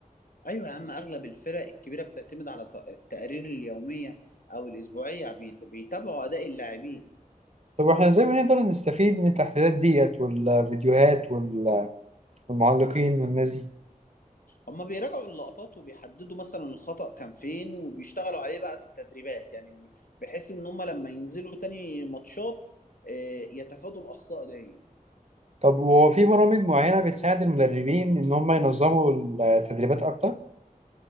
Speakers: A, on the left; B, on the right.
A: ايوه يا عم اغلب الفرق الكبيره بتعتمد على ت- التقارير اليوميه او الاسبوعيه بيت- بيتابعوا اداء اللاعبين
B: طب واحنا ازاي بنقدر نستفيد من التحليلات ديت والفيديوهات وال- والمعلقين والناس دي؟
A: هما بيراجعوا اللقطات وبيحددوا مثلا الخطأ كان فين وبيشتغلوا عليه بقى في التدريبات يعني بحيث ان هما لما ينزلوا تاني ماتشات آه، يتفادوا الاخطاء دي
B: طب وهو في برامج معينة بتساعد المدربين إن هم ينظموا التدريبات أكتر؟